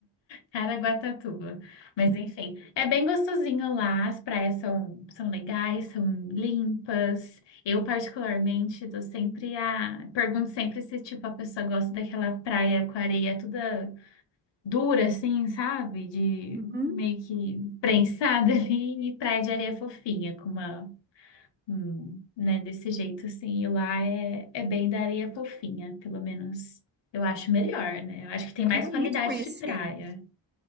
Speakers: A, on the left (about 60°); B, on the right (about 20°).
A: Caraguatatuba. Mas enfim, é bem gostosinho lá, as praias são, são legais, são limpas. Eu, particularmente, tô sempre a. Pergunto sempre se, tipo, a pessoa gosta daquela praia com areia toda dura, assim, sabe? De
B: Uhum.
A: meio que prensada <laughs> ali, e praia de areia fofinha, com uma Hum, né, desse jeito, assim, e lá é, é bem da areia fofinha, pelo menos eu acho melhor, né? Eu acho que tem
B: Eu
A: mais
B: quero
A: qualidade
B: muito conhecer.
A: de praia.